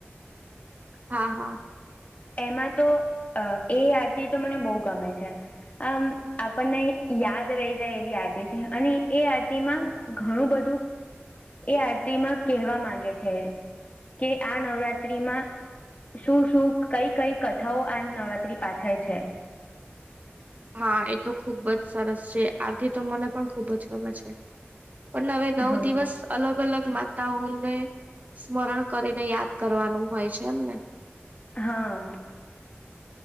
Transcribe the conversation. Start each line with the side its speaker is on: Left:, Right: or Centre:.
Right: હા હા.
Left: એમાં તો એ આરતી તો મને બહુ ગમે છે. આમ આપણને યાદ રહી જાય એવી આરતી છે અને એ આરતી માં. ઘણું બધું એ આરતી માં કહેવા માંગે છે. કે આ નવરાત્રીમાં શું શું કઈ કઈ કથાઓ આ નવરાત્રી પાછળ છે.
Right: હા એ તો ખુબ જ સરસ છે આરથી તો મને પણ ખુબ જ ગમે છે. પણ હવે નવ
Left: હા
Right: દિવસ અલગ અલગ માતાઓને સ્મરણ કરીને યાદ કરવાનું હોય છે એમને.
Left: હા